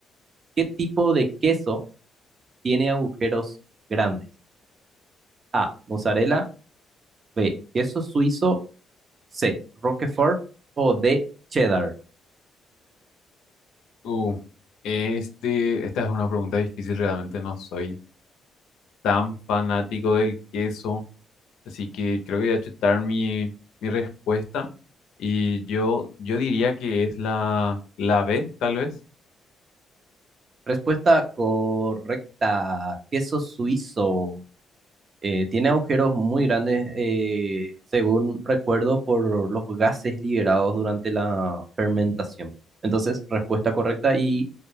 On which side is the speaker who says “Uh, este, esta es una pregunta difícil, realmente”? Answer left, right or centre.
Left